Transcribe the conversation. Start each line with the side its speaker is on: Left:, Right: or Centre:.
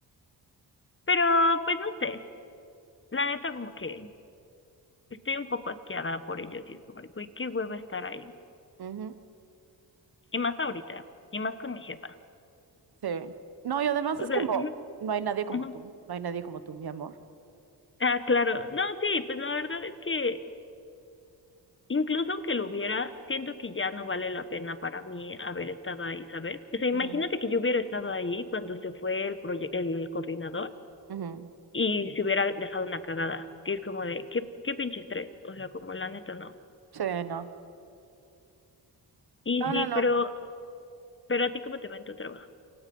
Left: Pero, pues no sé. La neta como que Estoy un poco asqueada por ellos y es como, güey, qué hueva estar ahí.
Right: ujú,
Left: Y más ahorita, y más con mi jefa.
Right: Sí. No, y además
Left: O
Right: es
Left: sea,
Right: como,
Left: ujú,
Right: no hay nadie como
Left: ujú.
Right: tú, no hay nadie como tú, mi amor.
Left: Ah, claro. No, sí, pues la verdad es que incluso aunque lo hubiera, siento que ya no vale la pena para mí haber estado ahí, ¿sabes? O sea, imagínate
Right: Ujú,
Left: que yo hubiera estado ahí cuando se fue el proye- el coordinador
Right: ujú,
Left: y se hubiera dejado una cagada, que es como de, qué, qué pinche estrés. O sea, como la neta no.
Right: Sí, no.
Left: Y
Right: No,
Left: sí,
Right: no, no.
Left: pero, pero a ti cómo te va en tu trabajo.